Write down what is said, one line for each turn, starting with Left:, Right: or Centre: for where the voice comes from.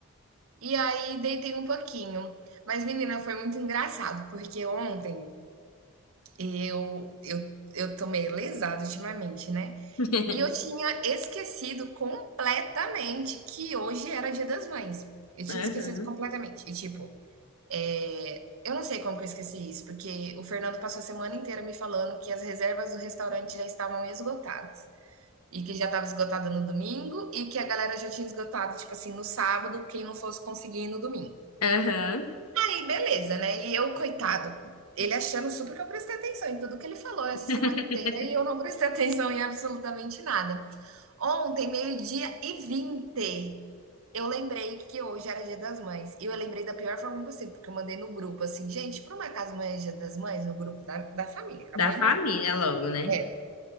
Right: E aí deitei um pouquinho. Mas, menina, foi muito engraçado, porque ontem eu eu eu tô meio lesada ultimamente, né?
Left: <laughs>
Right: E eu tinha esquecido completamente que hoje era Dia das Mães. Eu tinha
Left: Aham,
Right: esquecido completamente. E tipo, é, eu não sei como que eu esqueci isso, porque o Fernando passou a semana inteira me falando que as reservas do restaurante já estavam esgotadas. E que já estava esgotada no domingo e que a galera já tinha esgotado, tipo assim, no sábado, quem não fosse conseguir ir no domingo.
Left: aham.
Right: Aí, beleza, né? E eu, coitado, ele achando super que eu prestei atenção em tudo que ele falou essa
Left: <laughs>
Right: semana inteira e eu não prestei <laughs> atenção em absolutamente nada. Ontem, meio-dia e 20. eu lembrei que hoje era Dia das Mães. E eu lembrei da pior forma possível, porque eu mandei no grupo assim, gente, por uma casa amanhã é Dia das Mães? No grupo da, da família, com
Left: Da
Right: a minha
Left: família
Right: mãe lá.
Left: logo, né?
Right: É.